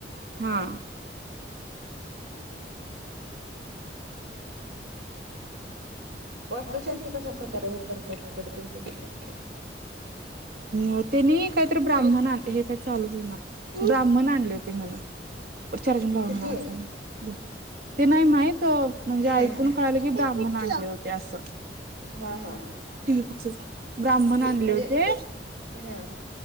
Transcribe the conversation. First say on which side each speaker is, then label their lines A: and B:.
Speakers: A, on the right; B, on the right.
A: हा
B: वास्तुकशांती कशा प्रकारे व करतात इकडे तुमच्या तिकडे
A: अ तेनी काहीतरी ब्राह्मण हे काही चालू हो ना ब्राह्मण आणले होते म्हण येवढ चार्जिंग लावा
B: किती
A: म्हणव आजांना ते नाही माही म्हणजे
B: हम्म
A: ऐकून कळालं की ब्राह्मण आले होते अस
B: हा हा
A: टीव्ही बघजा ब्राह्मण आणले
B: म्हणजे
A: होते
B: हा